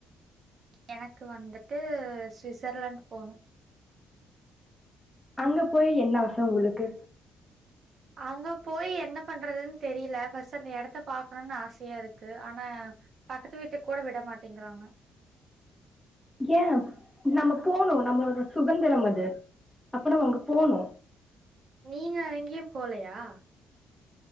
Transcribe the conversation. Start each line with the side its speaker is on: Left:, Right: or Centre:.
Right: எனக்கு வந்துட்டு சுவிட்சர்லாந்து போனு
Centre: அங்க போய் என்ன ஆச உங்களுக்கு
Right: அங்க போய் என்ன பண்றதுன்னு தெரில ஃபர்ஸ்ட்டு அந்த இடத்த பாக்கணுன் ஆசையா இருக்கு ஆனா பக்கத்து வீட்டுக்கு கூட விட மாட்டேங்கிறாங்க
Centre: ஏன் நம்ம போனு நம்மளோண சுதந்திரம் அது அப்ப நம்ம அங்க போனு
Right: நீங்க எங்கயு போலையா